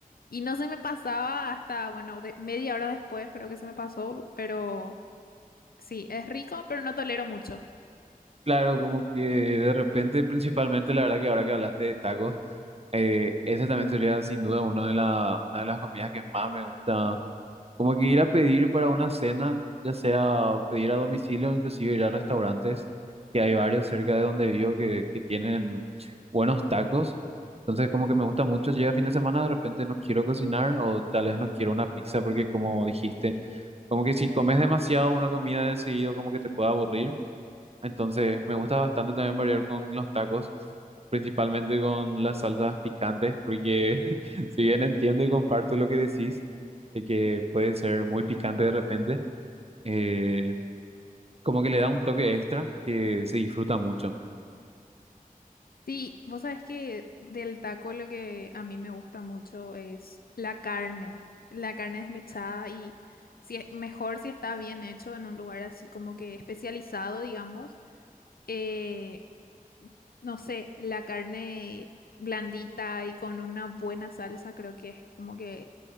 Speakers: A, on the left; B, on the right.
A: y no se me pasaba hasta, bueno, de- media hora después creo que se me pasó, pero sí, es rico, pero no tolero mucho.
B: Claro, como que de repente, principalmente, la verdad que ahora que hablaste de tacos, eh, ese también sería sin duda una de la, una de las comidas que más me gusta Como que ir a pedir para una cena, ya sea pedir a domicilio o inclusive ir a restaurantes, que hay varios cerca de donde vivo que, que tienen buenos tacos. Entonces como que me gusta mucho, llega fin de semana, de repente no quiero cocinar o tal vez no quiero una pizza porque como dijiste, como que si comes demasiado una comida de seguido como que te puede aburrir. Entonces, me gusta bastante también variar con los tacos, principalmente con las salsas picantes, porque <laughs> si bien entiendo y comparto lo que decís, de que puede ser muy picante de repente, eh, como que le da un toque extra que se disfruta mucho.
A: Sí, vos sabés que del taco lo que a mí me gusta mucho es la carne, la carne desmechada y si es, mejor si está bien hecho en un lugar así como que especializado, digamos. Eh, no sé, la carne blandita y con una buena salsa, creo que es como que